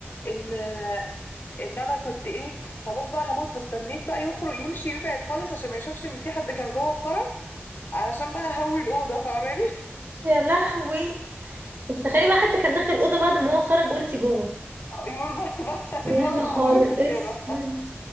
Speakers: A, on the left; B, on the right.
A: إن إن أنا كنت إيه خلاص بقى هموت فاستنيت بقى يخرج يمشي يبعد خالص عشان ما يشوفش إن في حد كان جوه خرج علشان بقى هوي الأوضة فاهماني
B: يا لهوي انت تخيلي بقى حد كان داخل الأوضة بعد ما هو خرج وانت جوه
A: <laughs> يقول بقى, بقى
B: يا
A: إن أنا
B: نهار
A: اللي عملت
B: اسود
A: كده